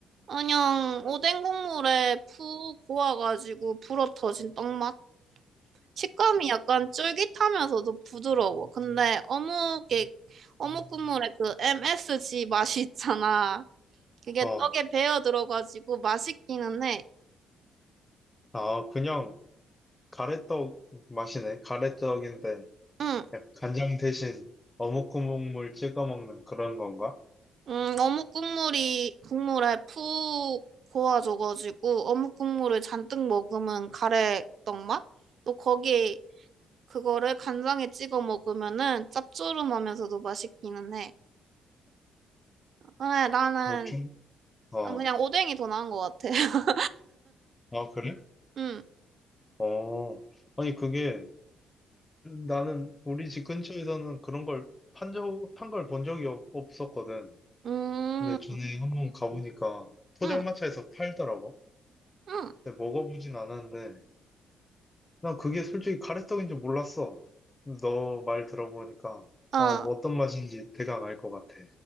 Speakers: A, on the right; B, on the left.
A: 그냥 오뎅 국물에 푹 고와가지고 불어 터진 떡맛. 식감이 약간 쫄깃하면서도 부드러워. 근데 어묵에 어묵 국물에 그 MSG 맛이 있잖아. 그게
B: 어,
A: 떡에 배어 들어가지고 맛있기는 해.
B: 아 그냥 가래떡 맛이네. 가래떡인데
A: 응.
B: 약간 간장 대신 어묵 국물 찍어 먹는 그런 건가?
A: 음, 어묵 국물이 국물에 푹 고아져가지고 어묵 국물을 잔뜩 먹으면 가래떡 맛? 또 거기에 그거를 간장에 찍어 먹으면은 짭조름하면서도 맛있기는 해. 그래, 나는
B: 어, 좀, 어,
A: 난 그냥 오뎅이 더 나은 것 같아. <laughs>
B: 아 그래?
A: 음,
B: 어, 아니 그게 나는 우리 집 근처에서는 그런 걸 판 적, 판 걸 본 적이 없, 없었거든.
A: 음,
B: 근데 전에 한번 가보니까 포장마차에서
A: 음,
B: 팔더라고.
A: 음,
B: 근데 먹어보진 않았는데, 난 그게 솔직히 가래떡인 줄 몰랐어. 너 말 들어보니까,
A: 아,
B: 아, 뭐 어떤 맛인지 대강 알 것 같아.